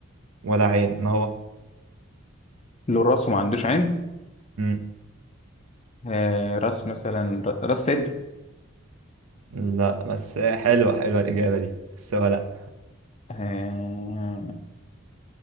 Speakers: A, on the right; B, on the left.
A: ولا عين ما هو
B: لو الراس ما عندوش عين
A: مم،
B: آه راس مثلا ر- راس صدر
A: لا بس حلوة حلوة الإجابة دي بس هو لا
B: آه